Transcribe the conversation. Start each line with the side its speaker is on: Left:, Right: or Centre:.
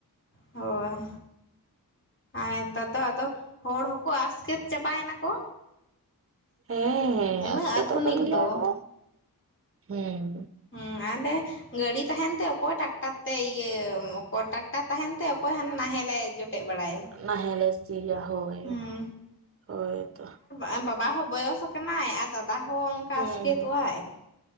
Left: ᱦᱳᱭ᱾ ᱟᱨ ᱱᱮᱛᱟᱨ ᱫᱚ ᱟᱫᱚ ᱦᱚᱲ ᱦᱚᱸᱠᱚ ᱟᱥᱠᱮᱛ ᱪᱟᱵᱟᱭᱮᱱᱟ ᱠᱚ᱾
Right: ᱦᱮᱸᱻ
Left: ᱩᱱᱟᱹᱜ
Right: ᱟᱥᱠᱮᱛᱚᱜ
Left: ᱟᱫᱷᱩᱱᱤᱠ
Right: ᱠᱟᱱ ᱜᱮᱭᱟ
Left: ᱫᱚ
Right: ᱠᱚ ᱦᱩᱸ᱾
Left: ᱦᱩᱸ ᱟᱞᱮ ᱜᱟᱹᱰᱤ ᱛᱟᱦᱮᱱᱛᱮ ᱚᱠᱚᱭ ᱴᱟᱠᱴᱟᱨ ᱛᱮ ᱤᱭᱟᱹ ᱚᱠᱚᱭ ᱴᱟᱠᱴᱟᱨ ᱛᱟᱦᱮᱱ ᱛᱮ ᱚᱠᱚᱭ ᱦᱟᱱ ᱱᱟᱦᱮᱞ ᱞᱮ ᱡᱚᱴ ᱡᱚᱴᱮᱜ ᱵᱟᱲᱟᱭᱟ᱾
Right: ᱱᱟᱦᱮᱞᱮ ᱥᱤᱭᱟ ᱦᱳᱭ
Left: ᱦᱸᱩ,
Right: ᱦᱳᱭ ᱾
Left: ᱟᱨ ᱵᱟᱵᱟ ᱦᱚᱸ ᱵᱚᱭᱚᱥ ᱠᱟᱱᱟᱭ ᱟᱨ ᱫᱟᱫᱟ ᱦᱚᱸ ᱚᱱᱠᱟ
Right: ᱦᱮᱸ
Left: ᱟᱥᱠᱮᱛᱚᱜ ᱟᱭ ᱾